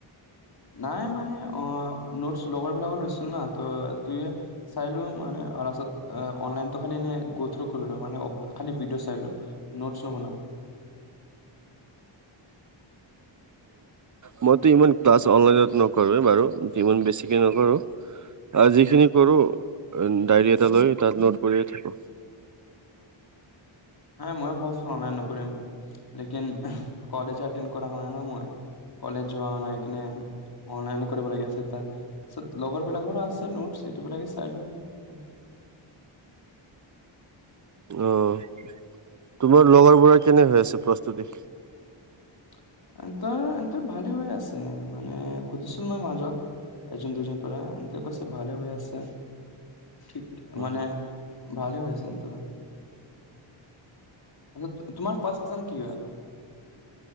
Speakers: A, on the left (about 50°); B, on the right (about 40°).
A: নাই মানে অ' নোটচ লগৰ বিলাকৰ লৈছিল না ত তে চাইলো মানে তাৰপাছত অনলাইনতো খালি এনে থ্ৰ কৰিলোঁ মানে খালি ভিডিঅ' চাইলো নোটছ নবনাওঁ
B: মইটো ইমান ক্লাছ অনলাইনত নকৰোৱে বাৰু যিমান বেছিকে নকৰো আৰু যিখিনি কৰো ডায়েৰী এটা লৈ তাত নোট কৰিয়ে থাকো
A: মই ভাবছিলো অনলাইল নকৰিম লেকিন কলেজ এটেনড কৰা হোৱা নাই না মই কলেজ যোৱা নাই এনে অনলাইনে কৰিব লাগে আছে এতা তাছত লগৰবিলাকৰো আছে নোটচ সেইটো বিলাকে চাই লোৱা
B: অ', তোমাৰ লগৰবোঢ়া কেনে হৈ আছে প্ৰস্তুতি
A: <unintelligible> ত হেঁতৰ ভালে হৈ আছে মানে খুজিছিলো মই মাজত এজন দুইজন পৰা হিহতে কৈছে ভালে হৈ আছে
B: <unintelligible>
A: ঠিক
B: আমাৰ
A: মানে ভালে হৈ আছে এন্তৰ আচ্ছা, তোমাৰ ফাৰ্ষ্ট এক্সাম কি হয়